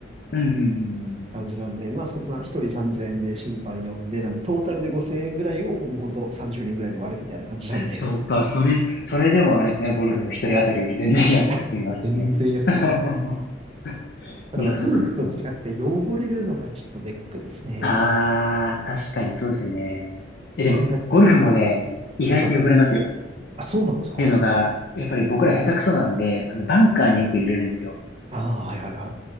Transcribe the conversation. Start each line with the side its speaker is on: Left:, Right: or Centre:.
Left: うんうんうんうん。
Right: 感じなんで、まあそんな一人3000円で審判呼んで、なんでトータルで5000円ぐらいをもう本当30人ぐらいで割るみたいな感じなんで、
Left: そうか、それ、それでもあれですね、ゴルフの一人当たりより全然安く済みますね。
Right: <laughs> 全然安いです。
Left: <laughs>
Right: ただまあゴルフと違って汚れるのがちょっとネックですね。
Left: いや、そっかそっか。あー、確かにそうですよね。え、でも、
Right: それが、
Left: ゴルフもね、意外と汚れますよ。
Right: はい。あ、そうなんですか
Left: っていうのが、やっぱり僕ら下手くそなんで、あの、バンカーによく入れるんですよ。
Right: ああはいはいはい。